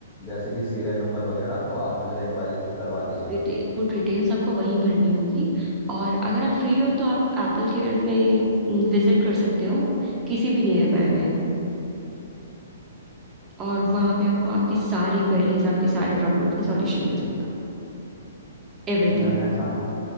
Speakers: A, on the left; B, on the right.
A: जैसे कि सीरियल नंबर वगैरह तो आप मुझे एक बारी करवा दीजिए
B: डिटे- वो डिटेल्स आपको वहीं भरनी होगी और अगर आप फ्री हो तो आप एप्पल केयर में विजिट कर सकते हो किसी भी नियर बाय में और वहाँ पे आपको आपकी सारी क्वेरीज आपके सारे प्रॉब्लम्स का सॉल्यूशन मिल जाएगा एवरीथिंग
A: मैम मैं जाना